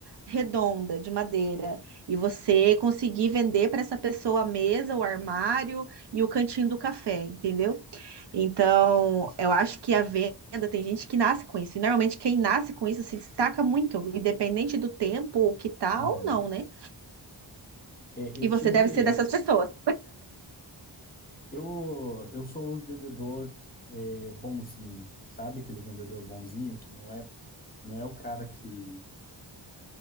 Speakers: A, on the right; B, on the left.
A: redonda de madeira e você conseguir vender para essa pessoa a mesa, o armário e o cantinho do café, entendeu? Então, eu acho que a venda tem gente que nasce com isso. E normalmente quem nasce com isso se destaca muito, independente do tempo, o que tá
B: uhum.
A: ou não, né?
B: É, eu
A: E você
B: tive,
A: deve ser dessas pessoas.
B: Eu, eu sou o vendedor é, bonzinho, sabe? Aquele vendedor bonzinho que não é, não é o cara que,